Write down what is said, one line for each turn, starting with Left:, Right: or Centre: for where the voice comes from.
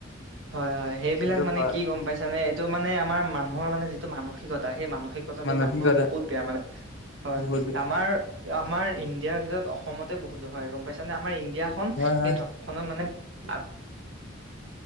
Right: হয়, হয়। সেইবিলাক
Left: সেইটো
Right: মানে
Left: হয়
Right: কি গম পাইছানে এইটো মানে আমাৰ মানুহৰ মানে মানসিকতা সেই মানসি মানসিকতাটো
Left: মানসিকতা
Right: মানুহৰ বহুত বেয়া মানে হয়,
Left: বহুত বেয়া
Right: আমাৰ আমাৰ ইণ্ডিয়াৰ ভিতৰত অস অসমতে বহুত হয় গম পাইছ নে? আমাৰ ইণ্ডিয়াখন
Left: হয়, হয়,
Right: সেই ধৰ্ষণত মানে <unintelligible>